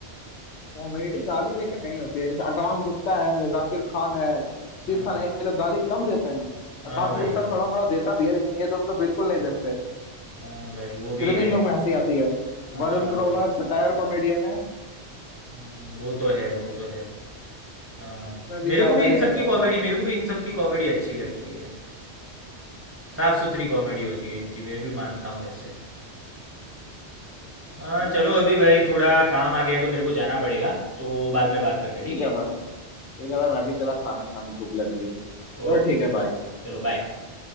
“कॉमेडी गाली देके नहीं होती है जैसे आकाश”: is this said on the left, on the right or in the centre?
Left